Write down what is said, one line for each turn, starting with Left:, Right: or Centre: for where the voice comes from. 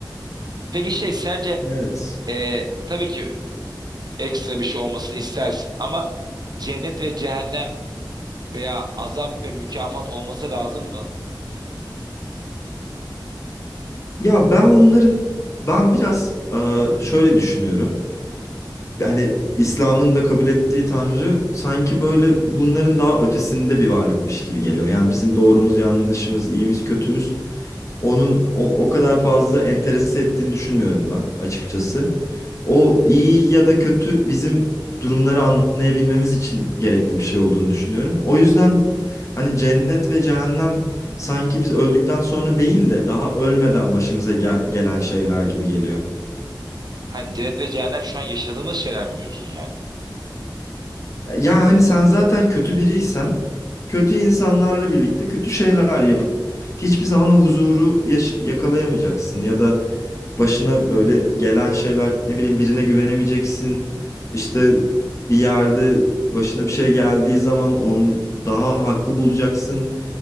Right: Peki şey sence
Left: Evet.
Right: e, tabii ki ekstra bir şey olmasını istersin ama cennet ve cehennem veya azap ve mükafat olması lazım mı?
Left: Ya ben onların ben biraz e, şöyle düşünüyorum. yani İslam'ın da kabul ettiği Tanrı sanki böyle bunların daha ötesinde bir varlıkmış gibi geliyor. Yani bizim doğrumuz, yanlışımız, iyimiz, kötümüz onun o, o kadar fazla enterese ettiğini düşünmüyorum ben açıkçası. O iyi ya da kötü bizim durumları anlayabilmemiz için gerekli bir şey olduğunu düşünüyorum. O yüzden hani cennet ve cehennem sanki biz öldükten sonra değil de daha ölmeden başımıza gel- gelen şeyler gibi geliyor.
Right: Hani cennet ve cehennem şu an yaşadığımız şeyler mi diyorsun yani?
Left: Ya hani sen zaten kötü biriysen, kötü insanlarla birlikte kötü şeyler yapıp hiçbir zaman o huzuru yaş- yakalayamayacaksın ya da başına böyle gelen şeyler ne bileyim birine güvenemeyeceksin. İşte bir yerde başına bir şey geldiği zaman onu daha haklı bulacaksın